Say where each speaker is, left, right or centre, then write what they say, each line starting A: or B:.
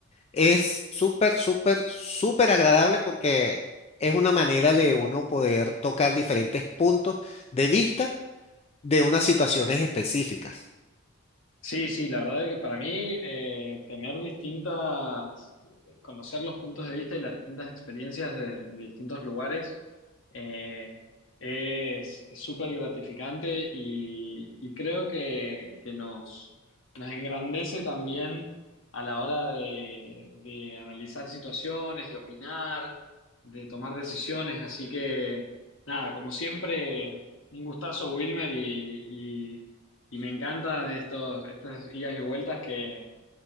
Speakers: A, on the left; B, on the left.
A: es súper, súper, súper agradable porque es una manera de uno poder tocar diferentes puntos de vista de unas situaciones específicas.
B: Sí, sí, la verdad es que para mí eh, tener distintas, eh, conocer los puntos de vista y las distintas experiencias de, de distintos lugares eh, es es súper gratificante y, y creo que, que nos, nos engrandece también a la hora de, de analizar situaciones, de opinar, de tomar decisiones. Así que, nada, como siempre, un gustazo, Wilmer, y, y y me encantan estos, estas idas y vueltas que,